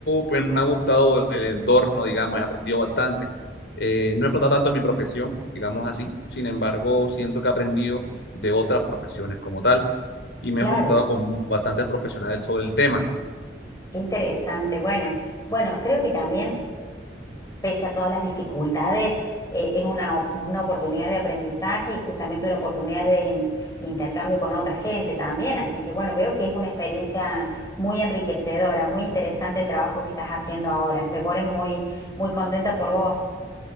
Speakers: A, on the left; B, on the left.
A: pues me ha gustado el entorno, digamos, he aprendido bastante. Eh, no he explotado tanto mi profesión, digamos así. Sin embargo, siento que he aprendido de otras profesiones como tal y me
B: claro,
A: he juntado con bastantes profesionales sobre el tema.
B: qué interesante. Bueno, bueno, creo que también,
A: Y,
B: pese a todas las dificultades, eh, es una, op- una oportunidad de aprendizaje y justamente una oportunidad de mm, intercambio con otra gente también. Así que bueno, veo que es una experiencia muy enriquecedora, muy interesante el trabajo que estás haciendo ahora. Me pone muy, muy contenta por vos.